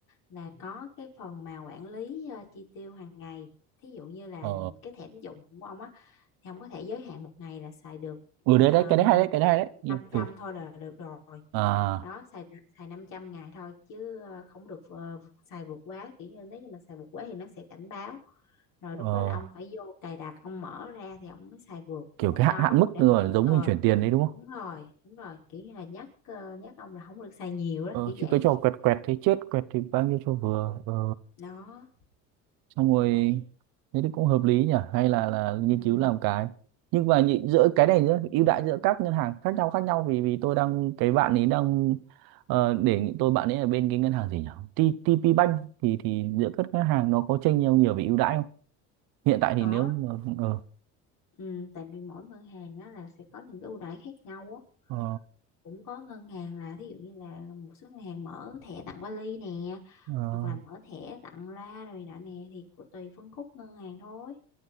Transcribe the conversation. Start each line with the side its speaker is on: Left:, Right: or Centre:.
Left: là có cái phần mà quản lý ờ, chi tiêu hàng ngày. Thí dụ như là
Right: ờ
Left: cái thẻ tín dụng của ông á thì ông có thể giới hạn một ngày là xài được
Right: ừ
Left: ờ,
Right: đấy đấy cái đấy hay đấy cái đấy hay đấy Nhưng
Left: năm trăm
Right: từ
Left: thôi là được rồi
Right: à
Left: đó xài xài 500 ngày thôi chứ ờ, không được ờ, xài vượt quá kiểu như nếu như mà xài vượt quá thì nó sẽ cảnh báo rồi
Right: ờ,
Left: lúc đó là ông phải vô cài đặt ông mở ra thì ông mới xài vượt
Right: kiểu
Left: cái mức
Right: cái
Left: đó
Right: hạn hạn mức
Left: để
Right: rồi
Left: mà kiểu
Right: giống
Left: ờ
Right: mình chuyển tiền đấy đúng không
Left: đúng rồi đúng rồi kiểu như là nhắc ờ, nhắc ông là không được xài nhiều đó
Right: ờ
Left: kiểu
Right: chứ
Left: vậy
Right: cái trò quẹt quẹt thế chết quẹt thì bao nhiêu cho vừa ờ
Left: đó
Right: xong rồi
Left: đấy
Right: thế thì cũng hợp lý nhỉ hay là là nghiên
Left: ừ,
Right: cứu làm cái nhưng mà nhị- giữa cái này giữa ưu đãi giữa các ngân hàng khác nhau khác nhau vì vì tôi đang cái bạn ấy đang ờ, đề nghị tôi bạn ấy ở bên cái ngân hàng gì nhỉ T- TP Bank thì thì giữa các ngân hàng nó có chênh nhau nhiều về ưu đãi không hiện tại thì
Left: có
Right: nếu mà ờ
Left: ừ, tại vì mỗi ngân hàng á là sẽ có những cái ưu đãi khác nhau á
Right: ờ
Left: cũng có ngân hàng là thí dụ như là một số ngân hàng mở thẻ tặng vali nè
Right: ờ,
Left: hoặc là mở thẻ tặng loa rồi nọ nè thì của- tùy phân khúc ngân hàng thôi